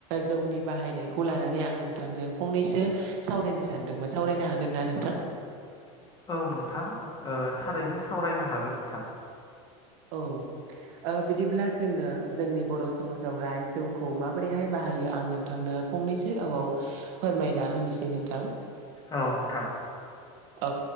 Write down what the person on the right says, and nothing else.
जौनि बाहायनायखौ लानानै आं नोंथांजों फंनैसो सावरायनो सान नोंबो सावरायनो हागोन ना नोंथां।
औ। ओ बिदिब्ला जोंङो जोंनि बर' समाजावहाय जौखौ माबोरैहाय बाहायो आं नोंथांनो। फंनैसो रावआव फोरमायना होनोसै नोंथां।
औ